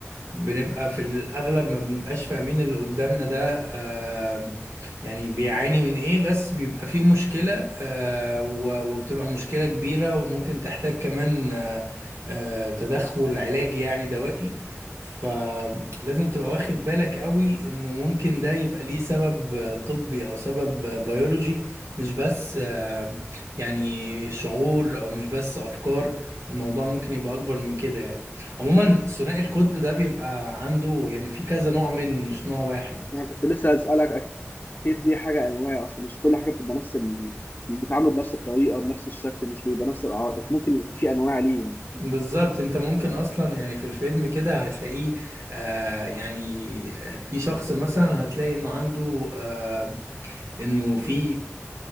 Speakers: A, on the right; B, on the left.
A: بنبقى في الأغلب ما بنبقاش فاهمين اللي قدامنا ده آه يعني بيعاني من إيه بس بيبقى فيه مشكلة آه و- وبتبقى مشكلة كبيرة وممكن تحتاج كمان آه آه تدخل علاجي يعني دوائي فلازم تبقى واخد بالك قوي إنه ممكن ده يبقى ليه سبب آه، طبي أو سبب آه، بيولوجي مش بس آه يعني شعور أو مش بس أفكار الموضوع ممكن يبقى أكبر من كده يعني عموما ثنائي القطب ده بيبقى عنده يعني في كذا نوع منه مش نوع واحد
B: يعني كنت لسه هسالك اكيد دي حاجه انواع اصل مش كل حاجه بتبقى نفس ال... بيتعاملوا بنفس الطريقه بنفس الشكل مش بيبقى نفس الاعراض ممكن يكون في انواع ليه يعني
A: بالظبط انت ممكن اصلا يعني في الفيلم كده هتلاقيه آه يعني آه، في شخص مثلا هتلاقي انه عنده آه انه في